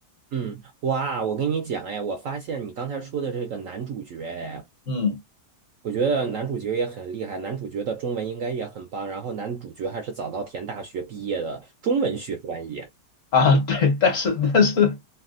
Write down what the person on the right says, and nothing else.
嗯，哇，我跟你讲，哎，我发现你刚才说的这个男主角，哎，
我觉得男主角也很厉害，男主角的中文应该也很棒，然后男主角还是早稻田大学毕业的中文学专业，